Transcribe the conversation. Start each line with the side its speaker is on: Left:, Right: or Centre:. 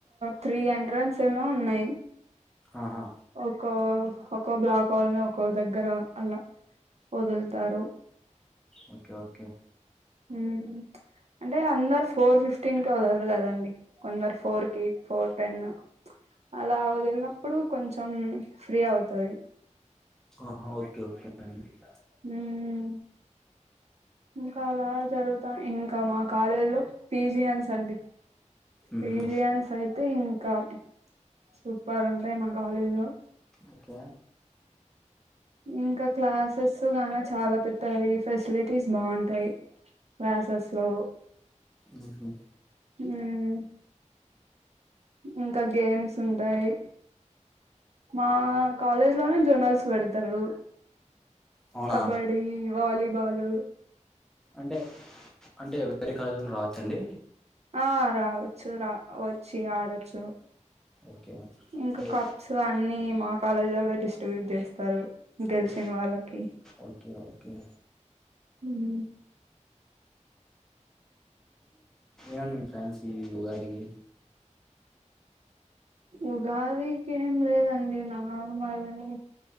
Right: త్రీ అంటే అడ్రన్స్ ఏమో ఉన్నాయి
Centre: ఆహా
Right: ఒక్కో ఒక్కో బ్లాక్ వాల్లని ఒక్కో దగ్గర అలా వదులుతారు
Centre: ఓకే ఓకే
Right: ఊ అంటే అందరు ఫోర్ ఫిఫ్టీన్ క వదరు కదండి కొందరు ఫోర్ క ఎయి ఫోర్ టెన్ అలా వదిలినప్పుడు కొంచెం ఫ్రీ అవుతుంది
Centre: ఆహా ఓక కే కే
Right: మ్మ్ ఇంకా అలా జరుగుతా ఇంకా మా కాలేజ్ లో పీజి అన్స్ అండి పిజయన్స
Centre: ఉహు
Right: అయితే ఇం ఇంకా సూపర్ ఉంటాయి మా కాలేజ్ లో
Centre: ఓకే
Right: ఇంకా క్లాసెస్ గాన చాలా పెద్దాయి ఫెసిలిటీస్ బాగుంటాయి క్లాసెస్ లో
Centre: ఉహు
Right: ఊ ఇంకా గేమ్స్ ఉంటాయి మా కాలేజ్ లోనే జోనల్స్ పెడతారు
Centre: అవునా
Right: కబడ్డి వాలిబాాలు
Centre: అంటే అంటే వేరే కాలేజ్ రావచ్చండి
Right: ఆ రావచ్చు రా వచ్చి ఆడొచ్చు
Centre: ఓకే
Right: ఇంకా
Centre: అంటే
Right: కప్స్ అన్ని మా కాలేజ్ వాల్లే డిస్ట్రిబ్యూట్ చేస్తరు గెలిచిన
Centre: ఓ-
Right: వాళ్ళకి
Centre: ఓకే ఓకే
Right: హ్మ్
Centre: ఏను ఫ్యాన్సీ ఉగా అడికి
Right: ఉగాదికి ఏం లేదండి నార్మల్ని